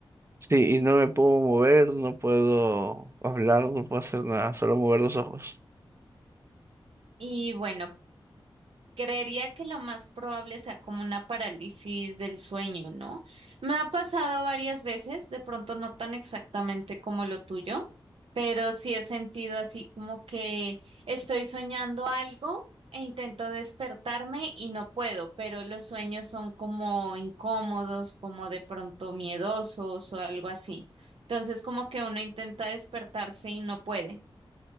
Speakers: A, on the right; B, on the right.
A: Sí, y no me puedo mover, no puedo hablar, no puedo hacer nada, solo mover los ojos.
B: Y bueno, Creería que lo más probable sea como una parálisis del sueño, ¿no? Me ha pasado varias veces, de pronto no tan exactamente como lo tuyo, pero sí he sentido así como que estoy soñando algo e intento despertarme y no puedo, pero los sueños son como incómodos, como de pronto miedosos o algo así. Entonces como que uno intenta despertarse y no puede.